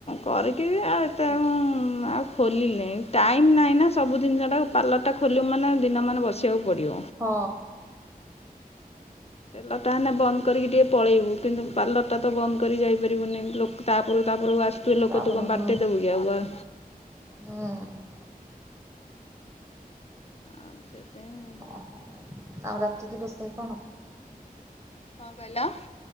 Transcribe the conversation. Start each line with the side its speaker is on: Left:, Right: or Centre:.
Left: କରିକି ବି ଆଉ ଏତେ ମୁଁ ଆଉ ଖୋଲିଲିନେଇ ଟାଇମ୍ ନାହିଁ ନା ସବୁ ଜିନିଷ ଟାକୁ ପାର୍ଲରଟା ଖୋଲିବୁ ମାନେ ଦିନ ମାନ ବସିବାକୁ ପଡ଼ିବ।
Right: ହଁ।
Left: ଟେଲରଟା ହେନେ ବନ୍ଦ କରିକି ଟିକେ ପଳେଇବୁ କିନ୍ତୁ ପାର୍ଲରଟା ତ ବନ୍ଦ କରି ଯାଇପାରିବୁନି ଲୋକ ତାପରକୁ ତାପରକୁ ଆସୁଥିବେ ଲୋକ
Right: ତାପରେ
Left: ତୁ କଣ
Right: ହୁଁ
Left: ବାଟେଇ ଦେବୁକି ଆଉ ବା
Right: ହୁଁ।
Left: ଆଉ ସେଇଥିପାଇଁ
Right: ଆଉ ରାତିକି ରୋଷେଇ କଣ?
Left: କଣ କହିଲ?